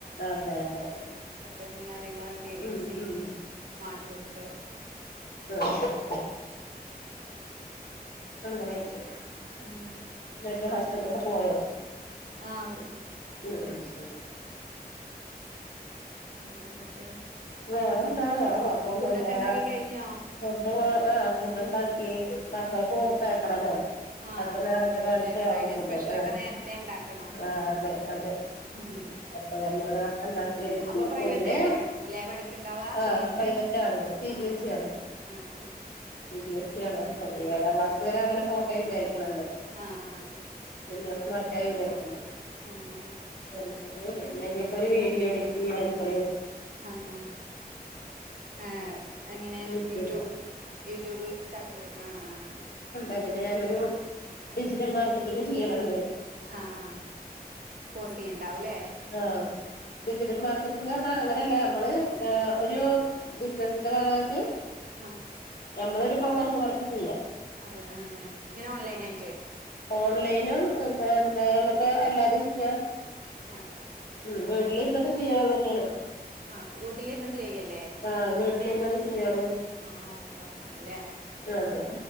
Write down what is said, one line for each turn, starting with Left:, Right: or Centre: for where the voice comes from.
Left: അതെ അതെ
Right: സെറ്റപ്പും കാര്യങ്ങളൊക്കെ
Left: ഉം
Right: ഏ സി
Left: ഉം
Right: സ്മാർട്ട് റൂമുകളൊക്കെ.
Left: ആഹ് ആഹ് അങ്ങനെയൊക്കെ
Right: ഉം
Left: ഇന്നട്ട് ഹസ്ബന്റൊക്കെ പോയോ?
Right: ആഹ് പോയി
Left: <unintelligible>
Right: വേറെ എന്തൊക്കെ
Left: വേറെന്താ വേറെ കൊയപ്പൊന്നുല്ലാ
Right: ഫുഡൊക്കെ ഉണ്ടാക്കി കഴിഞ്ഞോ
Left: ഫുഡ് ആഹ് ഫുഡുണ്ടാക്കി മക്കൾക്കും
Right: ഉം
Left: കൊടുത്തയക്കണ ല്ലേ.
Right: ആ
Left: അപ്പൊ നേരത്തെ
Right: ഉണ്ടാക്കൂല്ലേ
Left: കാലത്തെ
Right: ഫ്രൈഡേ
Left: ആവുംഫുഡ്
Right: സ്പെഷ്യലൊക്കെ
Left: ആഹ് ആഹ്
Right: നേരത്തെ ഉണ്ടാക്കണോ
Left: ആഹ് അതെ അതെ
Right: <unintelligible>
Left: അപ്പം ഞമ്മള് നേര്ത്തണ്ടാക്കി
Right: അപ്പൊ പ്രൈവറ്റ്
Left: പൊതുവെ
Right: ആയിട്ടായിരിക്കുംല്ലേ പഠിക്ക്ണ്ടാവാ?
Left: ആഹ്
Right: സി ബി എസ്
Left: പ്രൈവറ്റാണ്
Right: ഇ ആണ്?
Left: സി
Right: ആ
Left: ബി എസ്
Right: ആ
Left: ഇ ആണ്
Right: ആ
Left: സി ബി എസ് ഇ ആണോ? ഏഴാം ക്ലാസ് വരെ അങ്ങനെ പോട്ടേ വിചാരിക്ക്ണ് ണ്ട്.
Right: ആഹ് ആഹ്
Left: പിന്നാണ്ട് മാറ്റാ വിചാരിക്ക്ണ്ട്.
Right: ആഹ് ആഹ്
Left: <unintelligible> ഇന്നിഞ്ഞിപ്പോ ഒരു വീഡിയോ എഡിറ്റെയ്യാണ്ട്.
Right: ആഹ് ആഹ് ഏഹ് എങ്ങനെ
Left: യൂട്യൂബ്
Right: യൂട്യൂ യൂട്യൂബ് സ്റ്റാർട്ടെയ്ത് ആഹ് ആഹ് ആഹ് ആഹ്
Left: അങ്ങനെ ഞാനൊരു ഡിജിറ്റൽമാർക്കറ്റിങ് ചെയ്യണണ്ട്
Right: ആഹ് ആഹ് കോഴ്സെയ്യ്ണ്ടാവു ലേ.
Left: ആഹ് ഡിജിറ്റൽ മാർക്ക റ്റിങ് പർഞാ അങ്ങനല്ല യമ്മള് ഏഹ് ഒരു ബിസിനസിന്റൊരാളായിട്ട്
Right: ആഹ്
Left: ഞമ്മളൊരു പ്രൊമോഷൻ വർക്ക് ചെയ്യ
Right: അതെ ആ ആ ഇങ്ങനെ ഓൺലൈൻ ആയിറ്റ്.
Left: ഓൺലൈനും എം ഏ എന്താ യമ്മക്ക് അല്ലാതിം ചിയ്യാ
Right: ആഹ്
Left: ഉം വീട്ടില് ഇര്ന്നിട്ട് ചെയാൻ തന്നെണ്
Right: ആ വീട്ടിലിരുന്നിട്ട് ചെയ്യല്ലേ?
Left: ആഹ് വ് ട്ടിലിര്ന്ന്ട്ട് ചെയ്യണം.
Right: ആഹ് ഹോം വർക്ക് ആണ് ല്ലേ?
Left: അതോണ്ട്.